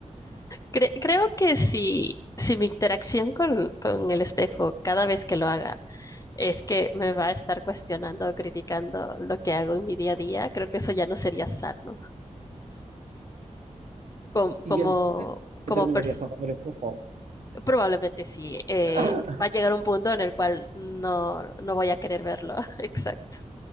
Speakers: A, on the left; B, on the right.
A: Cre- creo que si, si mi interacción con, con el espejo cada vez que lo haga es que me va a estar cuestionando o criticando lo que hago en mi día a día, creo que eso ya no sería sano com-
B: Y
A: como,
B: entonces te
A: como,
B: terminarías
A: persona.
B: tapando el espejo.
A: Probablemente sí. eh,
B: <laughs>
A: va a llegar un punto en el cual no, no voy a querer verlo. <laughs> Exacto.